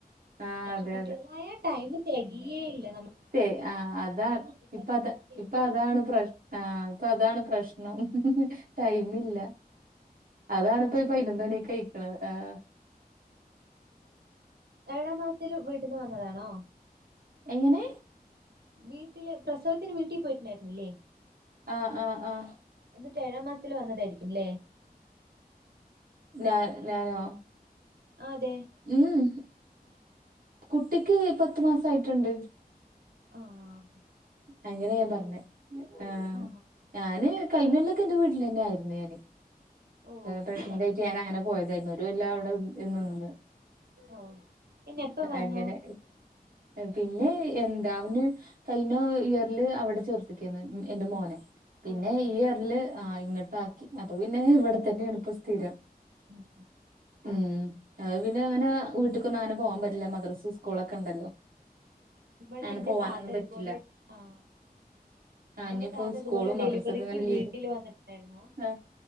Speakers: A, on the right (about 60°); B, on the right (about 90°).
A: ആഹ്
B: പക്ഷെ
A: അതെ
B: കുട്ടികളായ ടൈമ് തികയേയില്ല
A: തേ ആ അതാണ്
B: കാര്യങ്ങളൊക്കെ
A: ഇപ്പ അത്
B: ചെയ്ത്
A: ഇപ്പ അതാണ് പ്രശ് ആഹ് ഇപ്പ അതാണ് പ്രശ് ടൈമ് ഇല്ല അതാണിപ്പ
B: ടൈമില്ല
A: പൈനൊന്ന് മണിയൊക്കെ കഴിക്കണത് ആഹ്
B: ഏഴാം മാസല് വീട്ടിന്ന് വന്നതാണോ
A: എങ്ങനെ
B: വീട്ടിൽ പ്രസവത്തിന് വീട്ടിൽ പോയിട്ടുണ്ടായിരുന്നല്ലേ
A: ആഹ് ആഹ് ആഹ്
B: എന്നിട്ട് ഏഴാം മാസത്തിൽ വന്നതായിരിക്കുംല്ലേ
A: ഞാൻ ഞാനോ
B: ആഹ് അതെ
A: ഉം കുട്ടിക്ക് പത്ത് മാസയിട്ടുണ്ട്
B: ആഹ്
A: അങ്ങനെ ഞാൻ പറഞ്ഞെ ആഹ്
B: ആ
A: ഞാന് കഴിഞ്ഞല്ലൊക്കെ എന്റെ വീട്ടിൽന്നെ ആയിരുന്നു ഞാന്
B: ഓ
A: പ്രെഗ്നന്റ്നായിട്ട് ഞാൻ അങ്ങനെ പോയതായിരുന്നു ഒരു കൊല്ലം അവിടെ എന്നൊന്ന്
B: ഓ പിന്നെ എപ്പ വന്നു
A: അങ്ങനെ പിന്നെ എന്താ അവന് ക പിന്നെ ഇയറില് അവിടെ ചേർത്തിക്കയ്നൂ എന്റെ മോനെ പിന്നെ
B: ഓ
A: ഈ ഇയറില് ആഹ് ഇങ്ങോട്ട് ആക്കി അപ്പൊ പിന്നെ ഇവിടെ തന്നെയാണ് ഇപ്പ സ്ഥിരം
B: ഉം
A: ഉം പിന്നെ അങ്ങനെ വീട്ടിക്കൊന്നും അങ്ങനെ പോവാൻ പറ്റില്ല മദ്രസ സ്കൂളൊക്കെ ഉണ്ടല്ലോ
B: ഇവിടെ
A: അങ്ങനെ
B: ഇന്റെ
A: പോവാനൊന്നും
B: താത്ത
A: പറ്റില്ല
B: ഇതുപോലെ ആഹ്
A: ആ ഇനിയിപ്പോ
B: എന്റെ താത്ത
A: സ്കൂളും
B: ഇതുപോലെ ഡെലിവറിക്ക്
A: മദ്രസൊക്കെ ഇങ്ങനെ ലീവ്
B: വീട്ടില് വന്നിട്ടായിരുന്നു
A: ആ